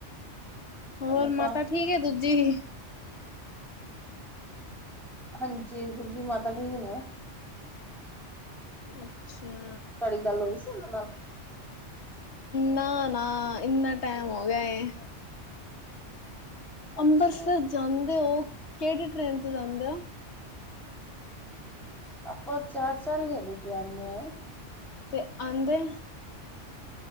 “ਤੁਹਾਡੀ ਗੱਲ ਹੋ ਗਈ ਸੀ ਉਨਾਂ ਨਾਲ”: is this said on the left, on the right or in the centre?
Centre